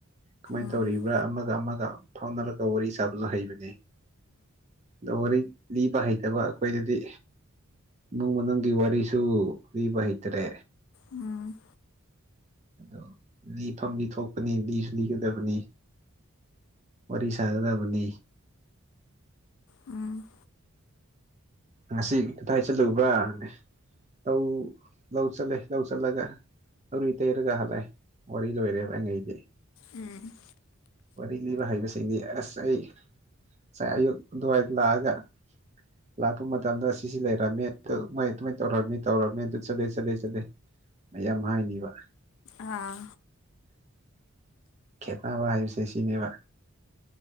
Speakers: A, on the right (about 30°); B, on the left (about 65°).
A: ꯀꯃꯥꯏ
B: ꯎꯝ
A: ꯇꯧꯔꯤꯕ꯭ꯔꯥ ꯑꯃꯒ ꯑꯃꯒ ꯐꯥꯎꯅꯔꯒ ꯋꯥꯔꯤ ꯁꯥꯕꯁꯨ ꯍꯩꯕꯁꯦ ꯑꯗꯣ ꯋꯥꯔꯤ ꯂꯤꯕ ꯍꯩꯇꯕ ꯑꯩꯈꯣꯏꯗꯗꯤ ꯅꯣꯡꯃ ꯅꯪꯒꯤ ꯋꯥꯔꯤꯁꯤ ꯑꯗꯨ ꯂꯤꯕ ꯍꯩꯇꯔꯦ
B: ꯎꯝ
A: ꯑꯗꯣ ꯂꯤꯐꯝꯗꯤ ꯊꯣꯛꯄꯅꯤ ꯂꯤꯁꯨ ꯂꯤꯒꯗꯕꯅꯤ ꯋꯥꯔꯤ ꯁꯥꯒꯗꯕꯅꯤ
B: ꯎꯝ
A: ꯉꯁꯤ ꯀꯗꯥꯏ ꯆꯠꯂꯨꯕ꯭ꯔꯥꯅꯦ ꯂꯧ ꯂꯧ ꯆꯠꯂꯦ ꯂꯧ ꯆꯠꯂꯒ <unintelligible> ꯇꯩꯔꯒ ꯍꯜꯂꯛꯑꯦ ꯋꯥꯔꯤ ꯂꯣꯏꯔꯦꯕ ꯑꯩꯅ ꯍꯥꯏꯗꯤ
B: ꯎꯝ
A: ꯋꯥꯔꯤ ꯂꯤꯕ ꯍꯩꯕꯁꯤꯡꯗꯤ ꯑꯁ ꯑꯩ ꯉꯁꯥꯏ ꯑꯌꯨꯛ ꯑꯗꯨꯋꯥꯏꯗ ꯂꯥꯛꯑꯒ ꯂꯥꯛꯄ ꯃꯇꯝꯗ ꯁꯤꯁꯤ ꯂꯩꯔꯝꯃꯦ ꯑꯗꯨ ꯃꯣꯏ ꯑꯗꯨꯃꯥꯏꯅ ꯇꯧꯔꯝꯃꯤ ꯇꯧꯔꯝꯃꯦ ꯑꯗꯨ ꯆꯠꯂꯦ ꯆꯠꯂꯦ ꯆꯠꯂꯦ ꯃꯌꯥꯝ ꯍꯥꯏꯅꯤꯕ
B: ꯑꯥ
A: ꯈꯦꯠꯅꯕ ꯍꯥꯏꯕꯁꯦ ꯁꯤꯅꯦꯕ